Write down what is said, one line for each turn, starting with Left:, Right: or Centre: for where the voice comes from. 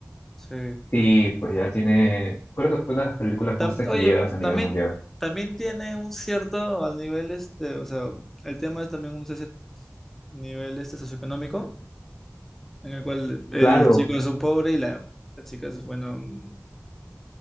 Centre: Sí.
Left: Sí, pues ya tiene, creo que fue una de las películas
Centre: Tam-
Left: más taquilleras
Centre: oye,
Left: a nivel
Centre: también,
Left: mundial.
Centre: también tiene un cierto al nivel este, o sea, el tema es también un cierto nivel este socioeconómico, en el cual el
Left: Claro,
Centre: chico es un pobre y la, la chica es, bueno, mm,